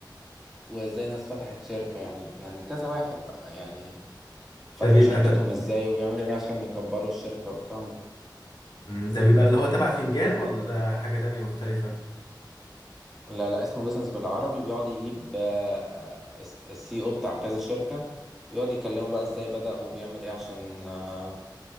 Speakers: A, in the centre; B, on the left (about 65°).
A: وازاي ناس فتحت شركة يعني يعني كذا واحد بقى يعني فتحوا
B: ده بيبقى
A: شركتهم
B: ت...
A: ازاي وبيعملوا ايه عشان يكبروا الشركة والكلام ده
B: مم. ده بيبقى اللي هو تبع فنجان ولا ده حاجة تانية مختلفة
A: لا لا اسمه بيزنس بالعربي بيقعد يجيب آه، آه، السي او بتاع كذا شركة ويقعد يكلموا بقى ازاي بدأ وبيعمل ايه عشان آه،